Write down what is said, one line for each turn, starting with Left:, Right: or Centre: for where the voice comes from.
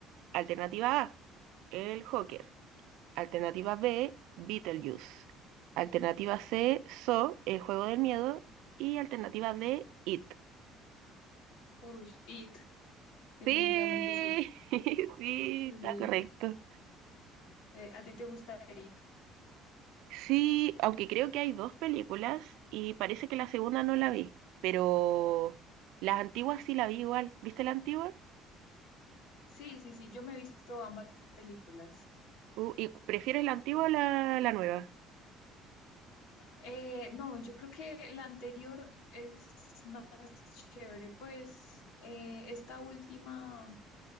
Right: Alternativa A, el Joker. Alternativa B, Beetlejuice. Alternativa C, So, El juego del miedo. Y alternativa D, It.
Left: Uy, IT, definitivamente
Right: Sí,
Left: sí.
Right: <laughs> sí,
Left: sí.
Right: está correcto.
Left: Eh, ¿a ti te gusta IT?
Right: Sí, aunque creo que hay dos películas y parece que la segunda no la vi, pero las antiguas sí la vi igual. ¿Viste la antigua?
Left: Sí, sí, sí, yo me he visto ambas películas.
Right: Uh, ¿y prefieres la antigua o la, la nueva?
Left: Eh, no, yo creo que la anterior es más chévere, pues eh, esta última,